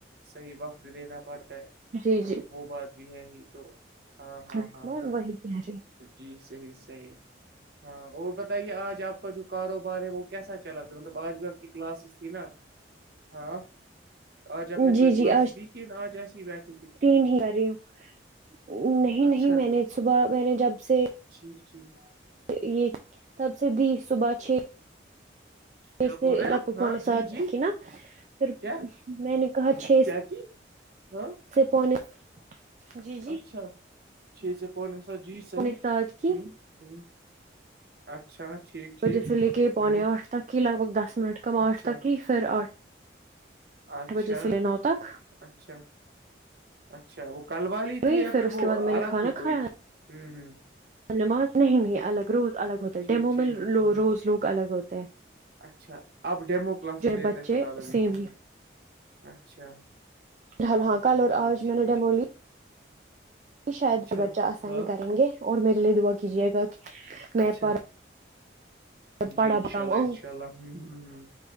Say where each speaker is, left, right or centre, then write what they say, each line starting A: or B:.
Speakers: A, on the right; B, on the right.
A: صحیح وقت دینا پڑتا ہے
B: جی
A: تو وہ بات بھی ہے ہی تو ہاں ہاں
B: ہ
A: ہاں
B: کو وہی گارے
A: جی صحیح صحیح ہاں اور بتائیے آج آپ کا جو کاروبار ہے وہ کیسا چلتا مطلب آج بھی آپ کی کلاسز تھی نا ہاں آج آپ نے کوئی
B: جی
A: کلاسز
B: جی آج
A: دی لیکن آج ایسی بیٹھ
B: تین ہی آ رہی ہوں نہیں
A: اچھا
B: نہیں میں نے صبح میں نے جب سے
A: ٹھیک ٹھیک
B: یہ تب سے بھی صبح چھ
A: کیا
B: اس سے
A: بول رہے ہیں
B: لگ
A: آپ
B: بھگ
A: ہاں
B: پونے
A: جی
B: سات
A: جی
B: کی نا پھر
A: کیا
B: میں نے کہا چھ
A: کیا کی ہاں
B: سے پونے جی جی
A: اچھا چھ سے پونے سا جی صحیح
B: پونے سات کی
A: ہوں ہوں اچھا ٹھیک ٹھیک
B: و جیسے لے کے پونے
A: ہوں
B: آٹھ تک کی لگ بھگ دس منٹ کم
A: اچھا
B: آٹھ تک کی پھر آٹھ
A: اچھا
B: بجے سے لے نو تک
A: اچھا اچھا وہ کل والی
B: گئی
A: تھی یا پھر
B: اس
A: وہ
B: کے بعد میں نے
A: الگ
B: کھانا
A: تھے
B: کھایا
A: کوئی ہ ہ
B: نماز نہیں نہیں الگ روز الگ ہوتا ہے
A: ٹھیک
B: ڈیمو
A: ٹھیک
B: میں
A: ہ
B: روز لوگ الگ ہوتے ہیں
A: اچھا آپ ڈیمو کلاس
B: جو ہے
A: لیتے
B: بچے
A: ہیں فی الحال ابھی
B: سیم
A: ہ اچھا
B: ہ ہاں
A: اچھا
B: کل اور
A: ٹھیک
B: آوج میں
A: ٹھیک
B: نے ڈیمولی
A: ٹھیک
B: شاید
A: اچھا
B: بچہ اسائن
A: ہاں
B: کریں گے اور میرے لیے دعا کیجیے گا کہ میں
A: اچھا
B: پر پڑھا
A: جی انشاء
B: کماؤں
A: اللہ انشاء اللہ ہ ہ